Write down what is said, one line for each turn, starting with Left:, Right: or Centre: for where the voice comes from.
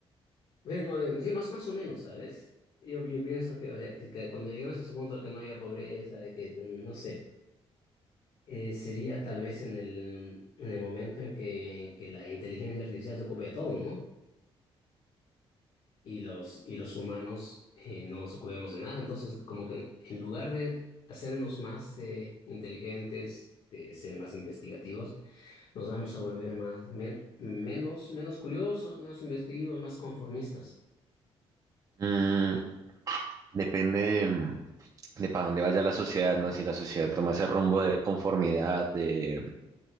Left: Ve, no, de- sí, más, más o menos, ¿sabes? Yo, yo pienso que, o sea, que- que cuando lleguemos a ese punto de que no haya pobreza, de que, mm, no sé, eh, sería tal vez en el, en el momento en que, en que la inteligencia artificial se ocupe de todo, ¿no? Y los, y los humanos eh, no nos ocupemos de nada. Entonces, como que en lugar de hacernos más eh, inteligentes, de ser más investigativos, nos vamos a volver más, men- menos, menos curiosos, menos investigativos, más conformistas.
Right: mm, depende de, de para dónde vaya la sociedad, ¿no? Si la sociedad toma ese rumbo de conformidad, de,